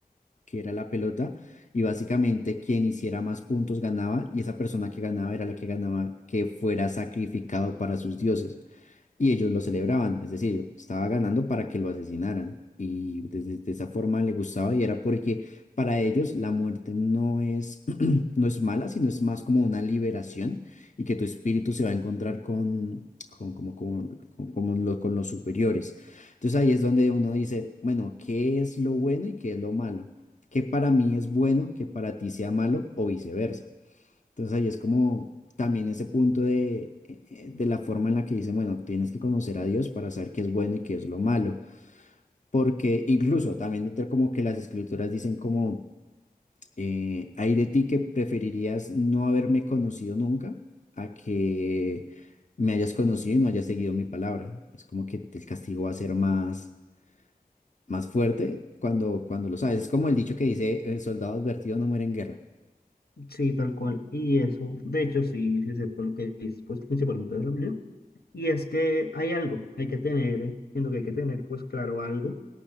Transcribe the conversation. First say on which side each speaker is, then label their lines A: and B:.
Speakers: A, on the left; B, on the left.
A: que era la pelota y básicamente quien hiciera más puntos ganaba y esa persona que ganaba era la que ganaba que fuera sacrificado para sus dioses y ellos lo celebraban, es decir, estaba ganando para que lo asesinaran. Y desde de de esa forma le gustaba y era porque para ellos la muerte no es, <clears throat> no es mala, sino es más como una liberación y que tu espíritu se va a encontrar con, con, como, con, con, como lo- con los superiores. Entonces ahí es donde uno dice, bueno, ¿qué es lo bueno y qué es lo malo? ¿Qué para mí es bueno que para ti sea malo o viceversa? Entonces ahí es como también ese punto de, eh, eh, de la forma en la que dicen, bueno, tienes que conocer a Dios para saber qué es bueno y qué es lo malo. Porque incluso también entre como que las escrituras dicen como, eh, hay de ti que preferirías no haberme conocido nunca a que me hayas conocido y no hayas seguido mi palabra. Es como que el castigo va a ser más, más fuerte cuando, cuando lo sabes. Es como el dicho que dice, eh, soldado advertido no muere en guerra.
B: Sí, tal cual. Y eso, de hecho, sí, sí es cierto lo que dices, pues principalmente de la Biblia. Y es que hay algo, hay que tener, eh, siento que hay que tener, pues claro, algo.